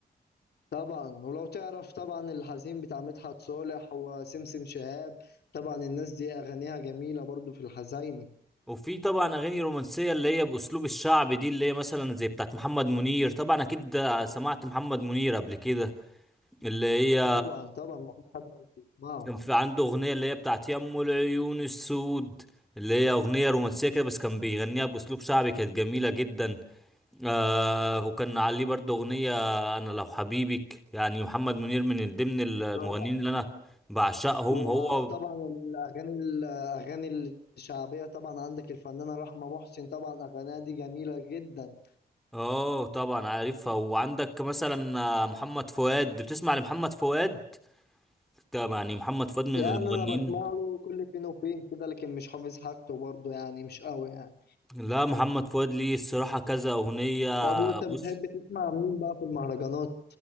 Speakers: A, on the left; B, in the centre.
A: طبعا ولو تعرف طبعا الحزين بتاع مدحت صالح وسمسم شهاب طبعا الناس دي اغانيها جميله برضو في الحزيني
B: وفي طبعا اغاني رومانسية اللي هي باسلوب الشعب دي اللي هي مثلا زي بتاعت محمد منير طبعا اكيد سمعت محمد منير قبل كده اللي هي
A: طبعا طبعا مفيش حد ما بيسمعه
B: كان في عنده أغنية اللي هي بتاعت يمو العيون السود اللي هي أغنية رومانسية كده بس كان بيغنيها بأسلوب شعبي كانت جميلة جدا آه وكان عليه برضه أغنية أنا لو حبيبك يعني محمد منير من ضمن المغنيين
A: طبعا
B: اللي أنا بعشقهم
A: وطبعا
B: هو
A: الاغاني الاغاني الشعبيه طبعا عندك الفنانه رحمه محسن طبعا اغانيها دي جميله جدا
B: اه طبعا عارفها وعندك مثلا آه، محمد فؤاد بتسمع لمحمد فؤاد طب يعني محمد فؤاد من
A: يعني
B: المغنيين
A: انا بسمع له كل فين وفين كده لكن مش حافظ حاجته برضه يعني مش قوي يعني
B: لا محمد فؤاد ليه الصراحة كذا أغنية
A: طب وانت
B: بص
A: بتحب تسمع مين بقى في المهرجانات؟